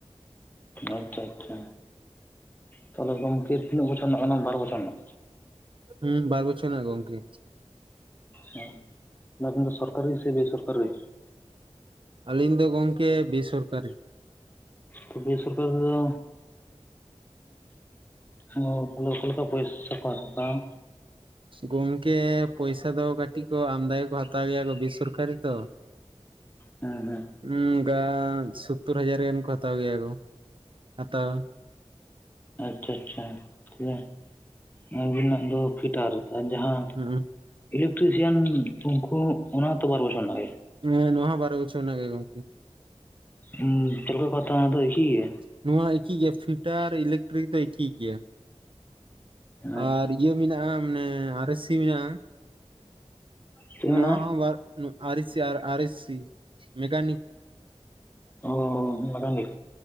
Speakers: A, on the left; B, on the right.
A: ᱟᱪᱪᱷᱟ ᱟᱪᱪᱷᱟ ᱛᱟᱦᱚᱞᱮ ᱜᱚᱝᱠᱮ ᱛᱤᱱᱟᱹᱜ ᱵᱚᱪᱷᱚᱨ ᱨᱮᱱᱟᱜ ᱠᱟᱱᱟ ᱵᱟᱨ ᱵᱚᱪᱷᱚᱨ ᱨᱮᱱᱟᱜ
B: ᱦᱩᱸ ᱵᱟᱨ ᱵᱚᱪᱷᱚᱨ ᱨᱮᱱᱟ ᱜ ᱜᱚᱝᱠᱮ
A: ᱦᱮᱸ ᱚᱱᱟᱠᱤᱱ ᱫᱚ ᱥᱚᱨᱠᱟᱨᱤ ᱥᱮ ᱵᱮᱥᱚᱨᱠᱟᱨᱤ
B: ᱟᱹᱞᱤᱧ ᱫᱚ ᱜᱚᱢᱠᱮ ᱵᱮᱥᱚᱨᱠᱟᱨᱤ
A: ᱛᱚ ᱵᱮᱥᱚᱨᱠᱟᱨᱤ ᱛᱮ ᱫᱚ ᱦᱚᱸ ᱚ ᱚᱠᱟᱞᱮᱠᱟ ᱯᱚᱭᱥᱟ ᱠᱚ ᱦᱟᱛᱟᱣᱟ
B: ᱜᱚᱢᱠᱮ ᱯᱚᱭᱥᱟ ᱫᱚ ᱠᱟᱹᱴᱤᱡ ᱠᱚ ᱟᱢᱫᱟ ᱜᱮᱠᱚ ᱦᱟᱛᱟᱣ ᱜᱮᱭᱟ ᱠᱚ ᱵᱮᱥᱚᱨᱠᱟᱨᱤ ᱛᱚ
A: ᱦᱮᱸ ᱦᱮᱸ
B: ᱦᱩᱸᱚᱱᱠᱟ ᱥᱳᱛᱛᱚᱨ ᱦᱟᱡᱟᱨ ᱜᱟᱱ ᱠᱚ ᱦᱟᱛᱟᱣ ᱜᱮᱭᱟ ᱠᱚ ᱦᱟᱛᱟᱣ
A: ᱟᱪᱪᱷᱟ ᱟᱪᱪᱷᱟ ᱴᱷᱤᱠᱭᱟ ᱟᱹᱵᱤᱱᱟᱜ ᱫᱚ ᱯᱷᱤᱴᱟᱞ ᱟᱨ ᱡᱟᱦᱟᱸ
B: ᱦᱩᱸᱦᱩᱜ
A: ᱤᱞᱮᱠᱴᱨᱤᱥᱤᱭᱟᱱ ᱩᱱᱠᱩ ᱚᱱᱟ ᱦᱚ ᱛᱚ ᱵᱟᱨ ᱵᱚᱪᱷᱚᱨ ᱨᱮᱱᱟᱜ ᱜᱮ
B: ᱦᱮᱸ ᱱᱚᱣᱟ ᱦᱚᱸ ᱵᱟᱨᱚ ᱵᱚᱪᱷᱚᱨ ᱱᱟᱜ ᱜᱮ ᱜᱚᱝᱠᱮ
A: ᱦᱸ ᱛᱳᱲᱳ ᱯᱟᱛᱟ ᱫᱚ ᱮᱠᱤ ᱜᱮᱭᱟ
B: ᱱᱚᱣᱟ ᱮᱠᱤ ᱜᱮᱭᱟ ᱯᱷᱤᱴᱟᱨ ᱤᱞᱮᱠᱴᱨᱤᱠ ᱫᱚ ᱮᱠᱤ ᱜᱮᱭᱟ
A: ᱟᱪᱪᱷᱟ
B: ᱟᱨ ᱤᱭᱟᱹ ᱢᱮᱱᱟᱜᱼᱟ ᱢᱟᱱᱮ ᱟᱨ ᱟᱨᱤᱥᱤ ᱢᱮᱱᱟᱜᱼᱟ
A: ᱪᱮᱫ
B: ᱱᱚᱣᱟ
A: ᱢᱮᱱᱟᱜᱼᱟ
B: ᱦᱚᱸ ᱵᱟᱨ ᱟᱨᱮᱥᱤ ᱟᱨᱮᱥᱤ ᱥᱤ ᱢᱮᱠᱟᱱᱤᱠ
A: ᱚ ᱢᱟᱰᱟᱱᱤᱠ